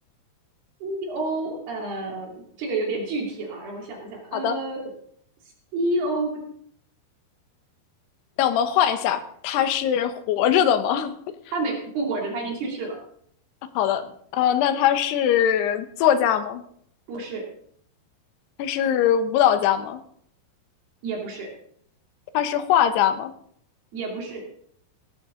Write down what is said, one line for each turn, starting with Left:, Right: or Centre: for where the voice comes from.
Right: ，E O，呃，这个有点具体了，让我想一下，呃
Left: 好的，
Right: ，E O，
Left: 那我们换一下，他是活着的吗？<laughs>
Right: 他没不活着，他已经去世了。
Left: 好的，呃，那他是作家吗？
Right: 不是，
Left: 他是舞蹈家吗？
Right: 也不是，
Left: 他是画家吗？
Right: 也不是，